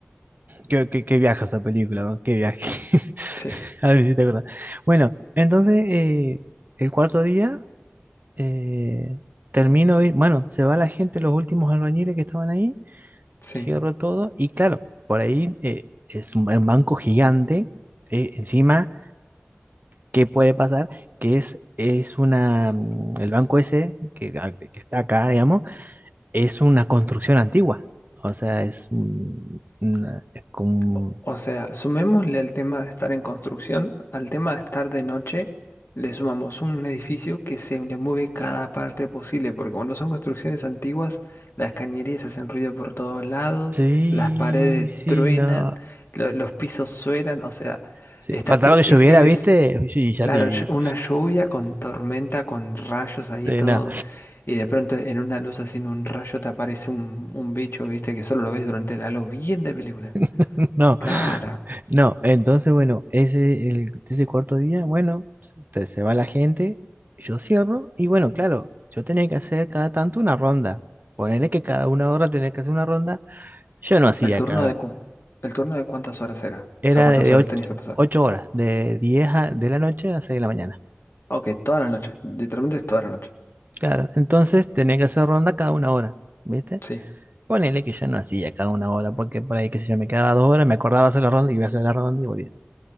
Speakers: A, on the right; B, on the left.
A: qué, qué- qué viaje esa película, ¿no? qué viaje, <laughs>
B: Sí,
A: a ver si te acuerdas. Bueno, entonces, eh, el cuarto día... eh, termino, de ir- bueno, se va la gente, los últimos albañiles que estaban ahí,
B: sí.
A: cierro todo y claro, por ahí eh, es un, ba- un banco gigante, eh, encima, ¿qué puede pasar? Que es, es una, mm, el banco ese que, a- que está acá, digamos, es una construcción antigua, o sea, es, un- una- es como...
B: O
A: un-
B: o sea, sumémosle al tema de estar en construcción, al tema de estar de noche, le sumamos un edificio que se le mueve cada parte posible, porque cuando son construcciones antiguas, las cañerías hacen ruido por todos lados,
A: Sí,
B: las paredes
A: sí,
B: truenan,
A: no.
B: lo- los pisos suenan, o sea,
A: sí,
B: está,
A: Faltaba
B: e-
A: que lloviera,
B: es, él
A: ¿viste?
B: es,
A: <laughs> Y ya
B: claro,
A: te...
B: ll- una lluvia con tormenta, con rayos ahí,
A: eh,
B: todo,
A: no.
B: y de pronto en una luz así, en un rayo te aparece un, un bicho, viste, que solo lo ves durante la luz, bien de película.
A: <laughs> no.
B: Claro.
A: No, entonces, bueno, ese, el, ese cuarto día, bueno, se, te- se va la gente, yo cierro, y bueno, claro, yo tenía que hacer cada tanto una ronda. Ponerle que cada una hora tenía que hacer una ronda. Yo no hacía
B: ¿El turno
A: cada,
B: de cu- el turno de cuántas horas era?
A: era
B: O sea, ¿cuántas
A: de, de
B: horas
A: ocho,
B: tenías que pasar?
A: ocho horas, de diez a- de la noche a 6 de la mañana.
B: Ok, toda la noche. Literalmente es toda la noche.
A: Claro, entonces tenía que hacer ronda cada una hora, ¿viste?
B: Sí.
A: Ponele que yo no hacía cada una hora, porque por ahí, qué sé yo, me quedaba dos horas, me acordaba hacer la ronda y iba a hacer la ronda y volvía.